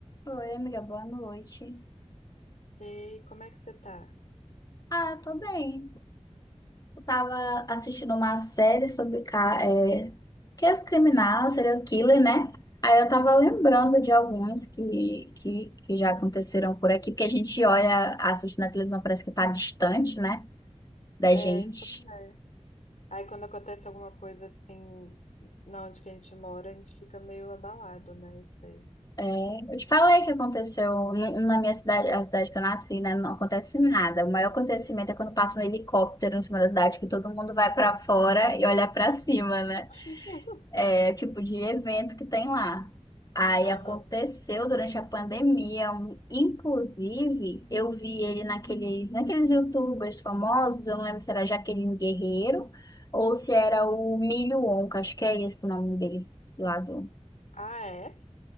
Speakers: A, on the left; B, on the left.
A: Oi, amiga, boa noite.
B: Ei, como é que você tá?
A: Ah, eu tô bem. Eu tava assistindo uma série sobre ca- é, que é criminal, serial killer, né? Aí eu tava
B: Ah,
A: lembrando de alguns que, que, que já aconteceram por aqui, porque a gente olha, assiste na televisão, parece que tá distante, né, da
B: é,
A: gente.
B: pois é. Aí quando acontece alguma coisa assim, na onde que a gente mora, a gente fica meio abalado, né? Eu sei.
A: É, eu te falei que aconteceu n- na minha cidade, a cidade que eu nasci, né? Não acontece nada. O maior acontecimento é quando passa um helicóptero em cima da cidade, que todo mundo vai pra fora e olha pra cima, né?
B: <laughs>
A: é, tipo de evento que tem lá. Aí
B: Aham.
A: aconteceu durante a pandemia, um- inclusive eu vi ele naqueles, naqueles YouTubers famosos, eu não lembro se era Jaqueline Guerreiro ou se era o Milho Wonka, acho que é esse que é o nome dele lá do.
B: Ah, é?